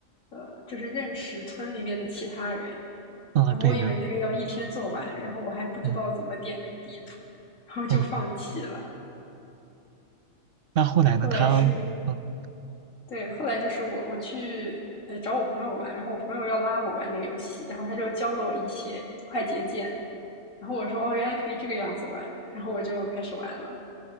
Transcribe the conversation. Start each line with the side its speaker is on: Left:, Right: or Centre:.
Left: 呃，就是认识村里面的其他人，
Right: 嗯，
Left: 然后我以为那个要一天做完，
Right: 对的，
Left: 然后我还不知道怎么点那个地图，
Right: 嗯
Left: 然后就放弃了。
Right: 嗯。那后来呢？
Left: 后来是，
Right: 他，嗯，
Left: 对，后来就是我我去呃找我朋友玩，然后我朋友要拉我玩那个游戏，然后他就教了我一些快捷键，然后我说哦，原来可以这个样子玩，然后我就开始玩了。